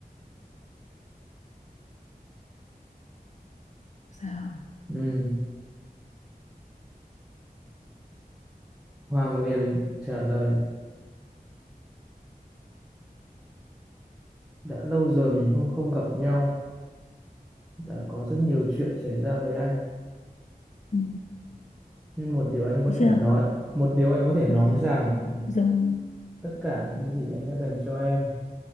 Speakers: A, on the left; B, in the centre.
A: Sao?
B: Ừ. Hoàng liền trả lời, đã lâu rồi mình không không gặp nhau, đã có rất nhiều chuyện xảy ra với anh
A: Ừ,
B: Nhưng một điều anh có
A: được
B: thể
A: chưa?
B: nói, một điều anh có thể nói
A: Rồi,
B: rằng
A: rồi.
B: tất cả những cái gì anh đã dành cho em